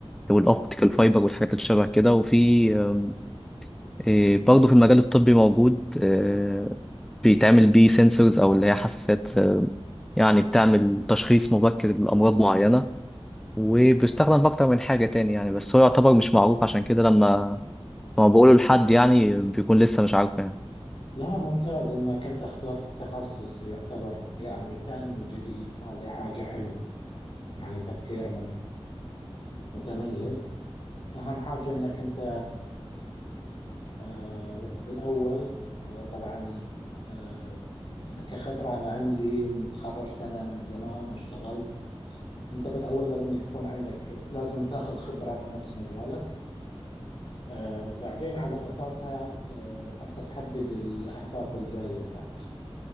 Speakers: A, in the centre; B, on the left.
A: والأوبتيكال فايبر والحاجات اللي شبه كده وفي آم، إيه، برضه في المجال الطبي موجود آه، بيتعمل بيه سنسورز أو اللي هي حساسات يعني بتعمل تشخيص مبكر لأمراض معينة وبيستخدم في أكتر من حاجة تاني يعني بس هو يعتبر مش معروف عشان كده لما لما بقوله لحد يعني بيكون لسه مش عارفه يعني
B: لا ممتاز أنك أنت اخترت تخصص يعتبر يعني كأنه جديد هذه حاجة حلوة يعني تفكير مم- متميز أهم حاجة أنك أنت آه، بالأول آه، طبعا آه، كخبرة أنا عندي إني تخرجت أنا من زمان واشتغلت أنت بالأول لازم يكون عندك لازم تاخذ خبرة في نفس مجالك آه، بعدين على أساسها آه، أنت تحدد الأهداف الجاية اللي عندك